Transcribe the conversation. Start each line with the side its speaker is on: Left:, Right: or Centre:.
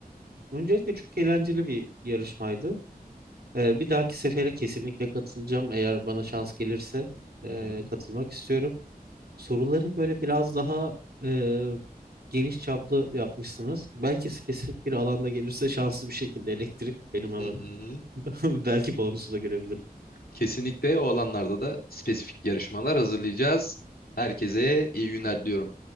Right: Öncelikle çok eğlenceli bir yarışmaydı. Ee, bir dahaki sefere kesinlikle katılacağım. Eğer bana şans gelirse
Left: Hı
Right: e,
Left: hı,
Right: katılmak istiyorum. Soruları böyle biraz daha e, geniş çaplı yapmışsınız. Belki spesifik bir alanda gelirse şanslı bir şekilde elektrik benim alanım.
Left: hı hı.
Right: <laughs> Belki bonusu da görebilirim.
Left: Kesinlikle o alanlarda da spesifik yarışmalar hazırlayacağız. Herkese iyi günler diliyorum.